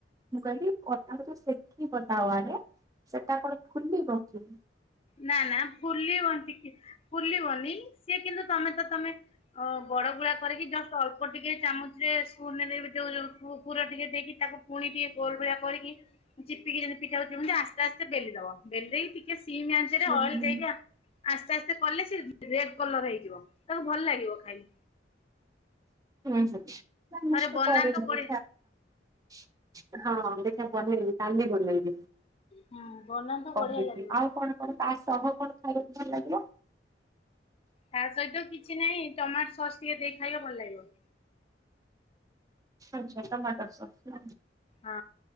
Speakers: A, on the right; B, on the left.
A: ମୁଁ କଇଲି ପରଟା କୁ ଯୋଉ ଶେକିବ ତାୱାରେ ସେଟା କଣ ଫୁଲିବ କି?
B: ନା ନା ବୁଲିବନି ଟିକେ ଫୁଲିବନି ସିଏ କିନ୍ତୁ ତମେ ତ ତମେ ଅ ବଡଗୁଳା କରିକି ଜଷ୍ଟ ଅଳ୍ପ ଟିକେ ଚାମଚରେ ସ୍ପୁନ୍ ରେ ଯୋଉ ଉ ପୁର ଟିକେ ଦେଇକି ତାକୁ ପୁଣି ଟିକେ ଗୋଲ ଭଳିଆ କରିକି ଚିପିକି ଯେମିତି ପିଠା ହଉଚି ସେମିତି ଆସ୍ତେ ଆସ୍ତେ ବେଲି ଦବ ବେଲି ଦେଇକି ଟିକେ ସ୍ ସିମ୍ ଆଞ୍ଚରେ
A: ହୁଁ
B: ଅଏଲ୍
A: ହୁଁ।
B: ଦେଇକା ଆସ୍ତେ ଆସ୍ତେ କଲେ ସେ ରେଡ୍ କଲର ହେଇଯିବ ତାକୁ ଭଲ ଲାଗିବ ଖାଇଲେ।
A: ହୁଁ ହୁଁ ନାଇଁ ମୁଁ
B: ଥରେ
A: ସେଟା
B: ବନାନ୍ତୁ
A: କରେନି ବି
B: ବଢି
A: <inaudible> ହଁ ଦେଖିଆ ବନେଇବି କାଲି ବନେଇବି।
B: ହୁଁ ବନାନ୍ତୁ ବଢିଆ
A: କହିବି
B: ଲାଗିବ।
A: ଆଉ କଣ କଣ ତା ସହ କଣ ଖାଇବାକୁ ଭଲ ଲାଗିଲା?
B: ତା ସହିତ କିଛି ନାଇଁ ଟମାଟୋ ସସ୍ ଟିକେ ଦେଇ ଖାଇବ ଭଲ ଲାଗିବ।
A: ଆଛା ଟମାଟର୍ ସକ୍ସ୍ ନା?
B: ହଁ